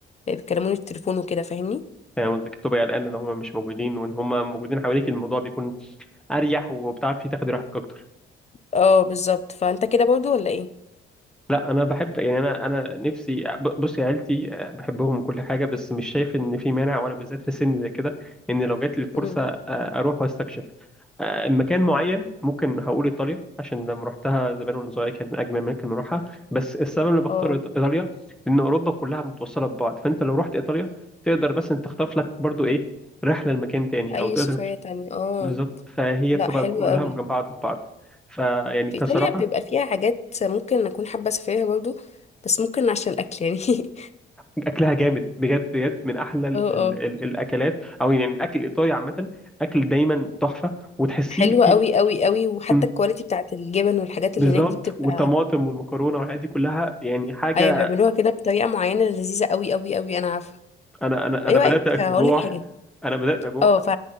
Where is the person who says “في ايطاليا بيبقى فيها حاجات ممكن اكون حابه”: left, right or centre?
Left